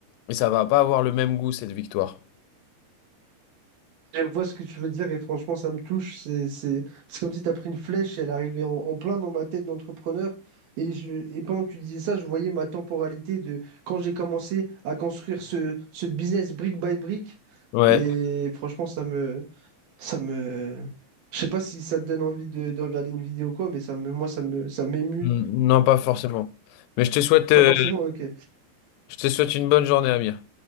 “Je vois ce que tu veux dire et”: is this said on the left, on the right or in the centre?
Right